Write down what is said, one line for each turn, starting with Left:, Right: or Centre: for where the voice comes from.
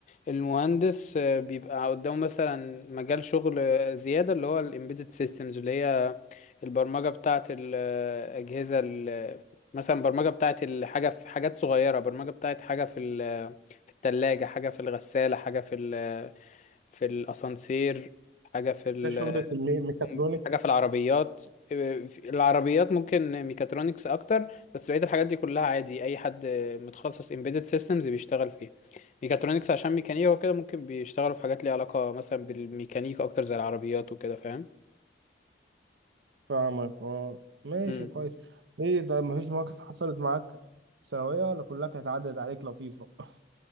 Left: المهندس آه، بيبقى قدامه مثلا مجال شغل آه، زيادة اللي هو ال embedded systems اللي هي البرمجة بتاعة الأجهزة ال- مثلا برمجة بتاعة الحاجة في حاجات صغيرة برمجة بتاعة حاجة في ال- في التلاجة حاجة في الغسالة حاجة في ال في الاسانسير حاجه في ال...
Right: ده شغل في المي- ميكاترونكس
Left: حاجه في العربيات آه، في العربيات ممكن ميكاترونكس اكتر بس بقيه الحاجات دي كلها عادي اي حد متخصص embedded systems بيشتغل فيها ميكاترونكس عشان ميكانيكا وكده ممكن بيشتغلوا في حاجات ليها علاقه مثلا بالميكانيكا اكتر زي العربيات وكده فاهم
Right: فاهمك اه ماشي
Left: مم.
Right: كويس ايه طيب مفيش مواقف حصلت معاك في ثانوية ولا كلها كانت عدت عليك لطيفة؟ <laughs>